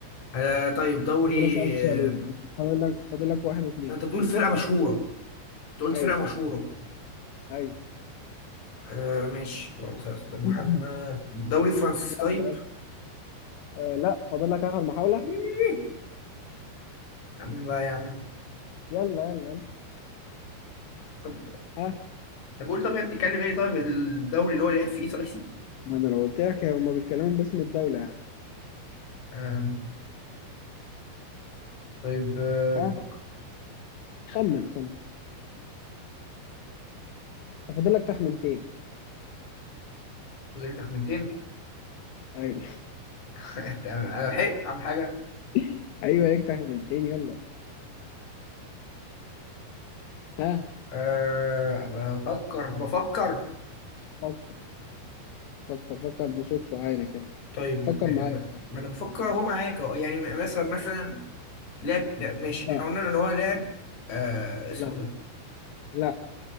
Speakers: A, on the left; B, on the left.
A: آه طيب دوري
B: انت كده سألت سؤالين
A: آه،
B: فاضل لك فاضل لك واحد واثنين
A: انت بتقول فرقة مشهورة انت قلت
B: ايوه
A: فرقة مشهورة
B: ايوه
A: آه ماشي اللهم صل على سيدنا محمد
B: <laughs>
A: دوري فرنسي
B: يلا
A: طيب
B: يلا آه لا فاضل لك اخر محاولة
A: إيه. يا عم بقى يا عم
B: يلا يلا يلا
A: طب
B: ها
A: طب قول طب هي بتتكلم ايه طيب الدوري اللي هو لعب فيه طيب
B: ما انا لو قلت لك هما بيتكلموا باسم الدولة يعني
A: آم، طيب آه، بفكر
B: ها خمن خمن فاضل لك تخمنتين
A: فاضل لي تخمنتين
B: ايوه
A: <laughs> انا لحقت اعمل حاجة
B: <laughs> ايوه ليك تخمنتين يلا ها
A: آه بفكر بفكر
B: فكر فكر فكر بصوت عالي كده
A: طيب م-
B: فكر
A: م-
B: معايا
A: م- ما انا بفكر اهو معاك أهو. يعني م- مثلا مثلا لعب لا ماشي
B: لا
A: احنا قلنا ان هو لعب آه اسمه
B: لا
A: ده
B: لا